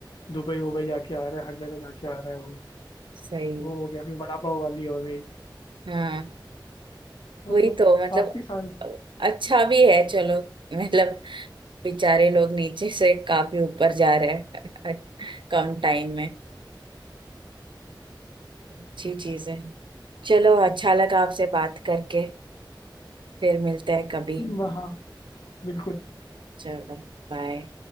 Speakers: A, on the left (about 70°); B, on the right (about 80°).
A: दुबई वुबई जाके आ रहा है हर जगह जाके आ रहा है वो
B: सही
A: वो हो गया फिर वड़ा पाव वाली हो गई
B: हाँ
A: और
B: वही
A: मतलब
B: तो मतलब
A: काफी सारे
B: अच्छा भी है चलो मतलब बेचारे लोग नीचे से काफी ऊपर जा रहे हैं <laughs> कम टाइम में अच्छी चीज है चलो अच्छा लगा आपसे बात करके फिर मिलते हैं कभी
A: ब- हाँ बिल्कुल
B: चलो बाय